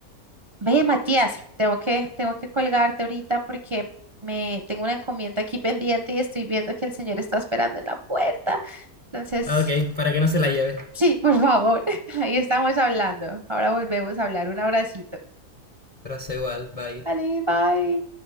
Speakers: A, on the right; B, on the left.
A: ve, Matías, tengo que, tengo que colgarte ahorita porque me tengo una encomienda aquí pendiente y estoy viendo que el señor está esperando en la puerta. Entonces,
B: Ok, para que no se la lleve.
A: sí, por favor, <laughs> ahí estamos hablando. Ahora volvemos a hablar. Un abracito.
B: Abrazo igual, bye.
A: Dale, bye.